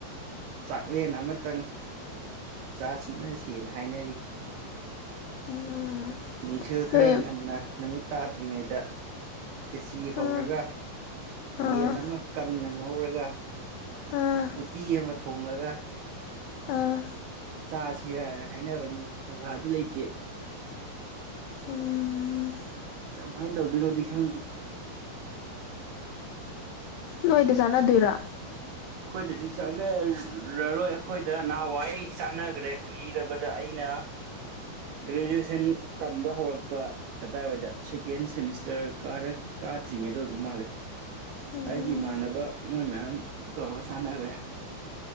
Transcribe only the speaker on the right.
ꯆꯥꯛꯂꯦꯟ ꯑꯃꯇꯪ ꯆꯥ ꯁꯤꯟꯅꯁꯦꯅ ꯍꯥꯏꯅꯔꯤ
ꯅꯨꯡꯊꯤꯜ
ꯈꯔ ꯉꯟꯅ ꯅꯨꯃꯤꯠ ꯇꯥꯗ꯭ꯔꯤꯉꯩꯗ ꯈꯦꯆ꯭ꯔꯤ ꯍꯧꯔꯒ
ꯌꯦꯟ ꯑꯃ ꯀꯪꯅ ꯉꯧꯔꯒ
ꯎꯇꯤ ꯑꯃ ꯊꯣꯉꯒ
ꯆꯥ ꯁꯤꯔꯅ ꯍꯥꯏꯅꯕꯅꯤ ꯄꯩꯁꯥꯗꯤ ꯂꯩꯇꯦ
ꯀꯃꯥꯟ ꯇꯧꯗꫭꯏꯅꫭꯗꯤ ꯈꯪꯗ‌ꯦ
ꯑꯩꯈꯣꯏꯗꯗꯤ ꯆꯥꯟꯅꯔꯔꯣꯏ ꯑꯩꯈꯣꯏꯗ ꯅꯍꯥꯟꯋꯥꯏ ꯆꯥꯟꯅꯈ꯭ꯔꯦ ꯀꯨꯏꯔꯕꯗ ꯑꯩꯅ ꯒ꯭ꯔꯦꯖꯨꯑꯦꯁꯟ ꯇꯝꯕ ꯍꯧꯔꯛꯄ ꯑꯗꯥꯋꯥꯏꯗ ꯁꯦꯀꯦꯟ ꯁꯦꯃꯤꯁꯇꯔ ꯀꯔ ꯀꯥꯗ꯭ꯔꯤꯉꯩꯗ ꯑꯣꯏꯕ ꯃꯥꯜꯂꯦ
ꯑꯩꯒꯤ ꯏꯃꯥꯟꯅꯕ ꯃꯣꯏ ꯃꯌꯥꯝ ꯇꯧꯔꯒ ꯆꯥꯟꯅꯈ꯭ꯔꯦ